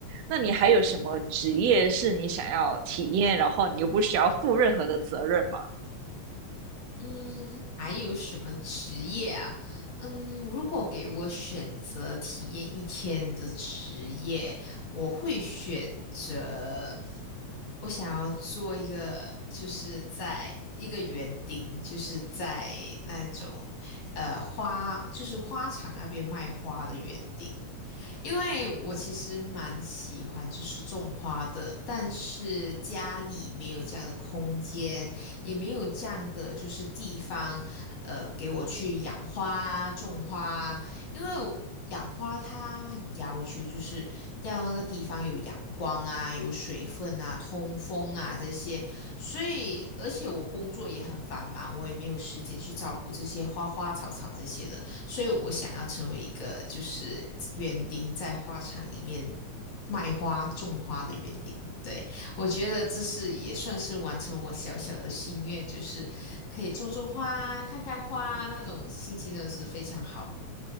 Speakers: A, on the right; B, on the left.
A: 那你还有什么职业是你想要体验，然后你又不需要负任何的责任吗？
B: 嗯，还有什么职业啊？嗯，如果给我选择体验一天的职业，我会选择我想要做一个，就是在一个园丁，就是在那种呃花，就是花场那边卖花的园丁。因为我其实蛮喜欢就是种花的，但是家里没有这样的空间，也没有这样的就是地方，呃，给我去养花、种花。因为我养花它很要求，就是要那个地方有阳光啊、有水分啊、通风啊这些。所以，而且我工作也很繁忙，我也没有时间去照顾这些花花草草这些的。所以我想要成为一个就是园丁，在花场里面卖花、种花的园丁。对，我觉得这是也算是完成我小小的心愿，就是可以种种花、看看花，那种心情真的是非常好。